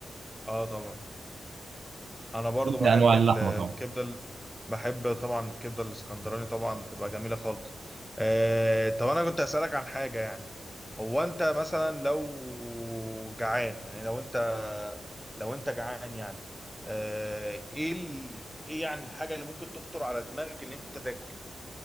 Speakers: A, in the centre; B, on the right.
A: اه طبعا انا برضو بحب
B: كل أنواع اللحمة
A: ال- الكبده
B: طبعا
A: ال- بحب طبعا الكبده الاسكندراني طبعا بتبقى جميله خالص آه طب انا كنت اسالك عن حاجه يعني هو انت مثلا لو جعان يعني لو انت لو انت جعان يعني آه ايه ال... ايه يعني الحاجه اللي ممكن تخطر على دماغك ان انت تاكل